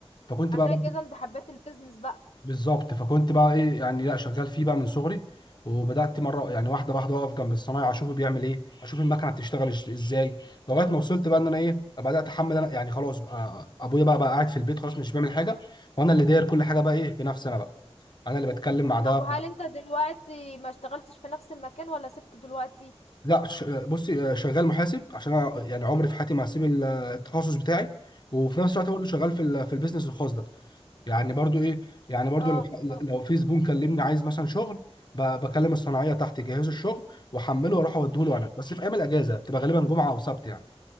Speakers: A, on the left (about 45°); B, on the left (about 80°).
A: فكنت
B: عشان
A: بقى
B: كده انت حبيت البيزنس بقى
A: بالظبط فكنت بقى ايه يعني لا شغال فيه بقى من صغري وبدات مره
B: مم.
A: يعني واحده واحده اقف جنب الصنايعي اشوفه بيعمل ايه اشوف المكنه بتشتغل إش- ازاي لغايه ما وصلت بقى ان انا ايه بدات احمل انا يعني خلاص بقى ابويا بقى بقى قاعد في البيت خلاص مش بيعمل حاجه وانا اللي داير كل حاجه بقى ايه بنفسي انا بقى انا اللي بتكلم مع ده
B: طب وهل انت دلوقتي ما اشتغلتش في نفس المكان ولا سبته دلوقتي
A: لا ش- بصي آه، شغال محاسب عشان انا يعني عمري في حياتي ما هسيب ال- التخصص بتاعي وفي نفس
B: مم.
A: الوقت برضه شغال في ال- في البيزنس الخاص ده يعني برضو ايه يعني برضو
B: اه
A: لو
B: آه.
A: لو في زبون كلمني عايز مثلا شغل ب- بكلم الصناعيه تحت يجهزوا الشغل واحمله واروح اوديه له
B: مم.
A: انا بس في ايام الاجازه بتبقى غالبا جمعه او سبت يعني